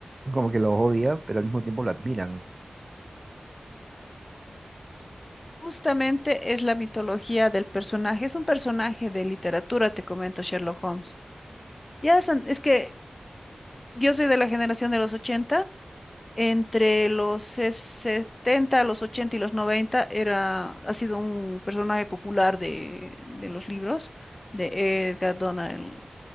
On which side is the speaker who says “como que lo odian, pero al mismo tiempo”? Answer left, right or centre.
Right